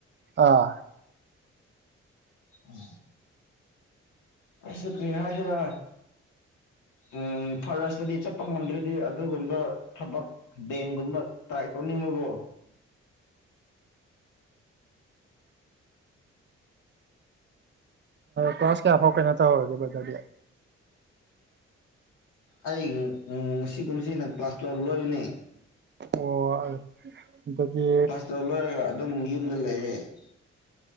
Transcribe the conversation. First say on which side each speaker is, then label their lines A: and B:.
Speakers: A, on the right; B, on the left.
A: ꯑꯥ
B: ꯑ ꯑꯩꯁꯨ ꯀ꯭ꯔꯤ ꯍꯥꯏꯗꫭꯏꯔꯥ ꯎꯝ ꯐꯥꯔꯦꯁꯇꯗꯤ ꯆꯠꯄ ꯉꯝꯗ꯭ꯔꯗꯤ ꯑꯗꯨꯒꯨꯝꯕ ꯊꯕꯛ ꯕꯦꯡꯒꯨꯝꯕ ꯇꯥꯏ ꯇꯧꯅꯤꯡꯕꯀꯣ
A: ꯀ꯭ꯂꯥꯁ ꯀꯌꯥ ꯐꯥꯎ ꯀꯩꯅꯣ ꯇꯧꯍꯧꯔꯒꯦ ꯕ꯭ꯔꯗꯔꯗꯤ꯫
B: ꯑꯩ ꯎꯝ ꯄꯨꯁꯤ ꯅ ꯀ꯭ꯂꯥꯁꯇ ꯂꯣꯏꯅꯦ
A: ꯑꯣ ꯑꯗꯨꯗꯤ
B: ꯀ꯭ꯂꯥꯁꯇ ꯂꯣꯏꯔꯒ ꯑꯗꯨꯝ ꯌꯨꯝꯗ ꯂꯩꯌꯦꯦ <inaudible>